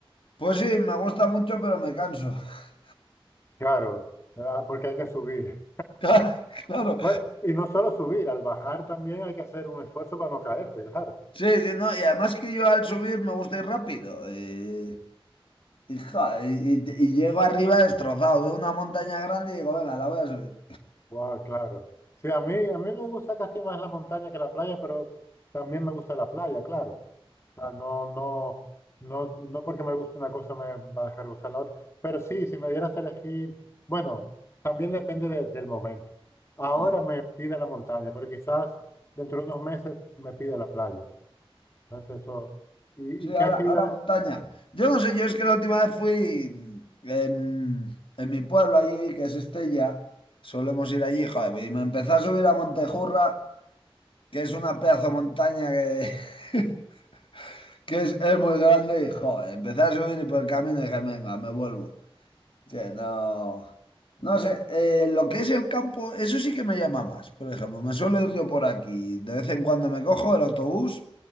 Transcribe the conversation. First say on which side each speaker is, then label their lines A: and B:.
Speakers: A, on the left; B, on the left.
A: pues sí, me gusta mucho, pero me canso. <laughs>
B: claro, Ah, porque hay que subir.
A: Claro, claro.
B: Bueno, y no solo subir, al bajar también hay que hacer un esfuerzo para no caerte, claro.
A: sí, sí, no, y además que yo al subir me gusta ir rápido. Y, y, ja, y- y- y llego arriba destrozado, veo una montaña grande y digo, venga, la voy a subir.
B: Guau, claro. Sí, a mí, a mí me gusta casi más la montaña que la playa, pero también me gusta la playa, claro. sea, no, no, no, no porque me guste una cosa me va a dejar gustar la otra. Pero sí, si me dieras a elegir, bueno, también depende de- del momento. Ahora
A: Mm.
B: me pide la montaña, pero quizás dentro de unos meses me pide la playa. Entonces eso. ¿Y,
A: Sí,
B: y qué
A: ahora,
B: actividades?
A: ahora montaña. Yo no sé, yo es que la última vez fui en, en mi pueblo allí, que es Estella, solemos ir allí, joder, y me empecé a subir a Montejurra, que es una pedazo de montaña que, <laughs> que es, es muy grande, y joder, empecé a subir y por el camino dije, venga, me vuelvo. Sí, no, no sé, eh, lo que es el campo, eso sí que me llama más. Por ejemplo, me suelo ir yo por aquí. De vez en cuando me cojo el autobús,